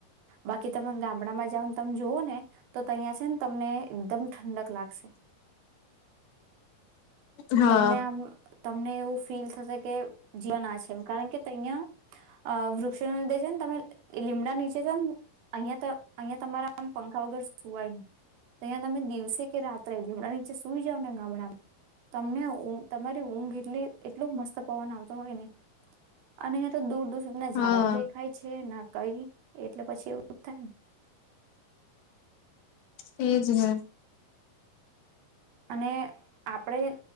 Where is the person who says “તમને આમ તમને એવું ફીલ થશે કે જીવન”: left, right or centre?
Right